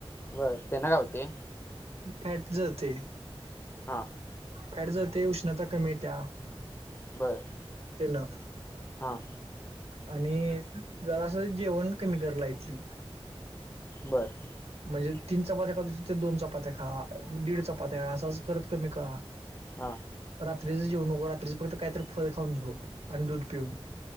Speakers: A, on the left; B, on the right.
A: बर त्यांना काय होते
B: फॅट जळतंय.
A: हा
B: फॅड जळतंय ते उष्णता कमी येत्या
A: बरं
B: त्यानं
A: हा
B: आणि जरास जेवण कमी कर लाईटली
A: बरं
B: म्हणजे तीन चपात्या खातो ते दोन चपात्या खा दीड चपात्या खा असंच करत कमी करा
A: हा
B: रात्रीच जेवू नको रात्रीच फक्त कायत फळ खाऊन झोप आणि दूध पिऊन.